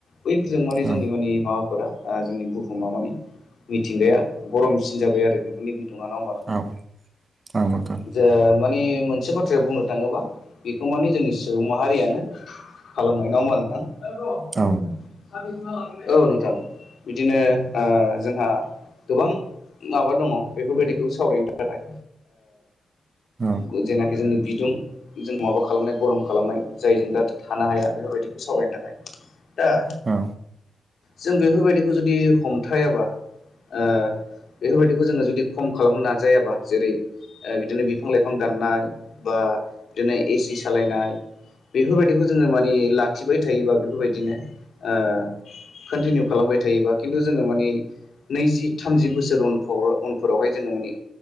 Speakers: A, on the left (about 65°); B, on the right (about 30°).
A: बैफोरजों मानि जोंनि
B: औ नोंथां औ नोंथां औ
A: मानि माबाफोरा आ जोंनि बुहुमा मानि मिथिंगाया गरमसिन जाबाय आरो बेफोरनि बिदुङाव नङा होमबा
B: औ औ नोंथां।
A: ओ माने मोनसे बाथ्राया बुंनो थाङोबा बेखौ माने जोंनि सुबुं माहारियानो खालामबाय नङा होमबा नोंथां।
B: औ
A: <inaudible> औ नोंथां बिदिनो ओ जोंहा गोबां माबा दङ' बेफोर बायदिखौ सावरायनो थाखाय
B: औ
A: ओ जेनाखि जोंनि बिदुं जों माबा खालामनाय गरम खालामनाय जायजों दा थानो हाया बेफोर बायदिखौ सावरायनो थाखाय दा
B: औ।
A: जों बेफोर बायदिखौ जुदि हमथायाबा ओ बेफोर बायदिखौ जोङो जुदि खम खालामनो नाजायाबा जेरै ओ बिदिनो बिफां-लाइफां दाननाय बा बिदिनो एसि सालायनाय बेफोर बायदिखौ जोङो मानि लाखिबाय थायोबा बेफोर बायदिनो ओ कन्टिनिउ खालामबाय थायोबा खिन्थु जोङो माने नैजि थामजि बोसोर उनफ्राव उनफोरावहाय जोङो माने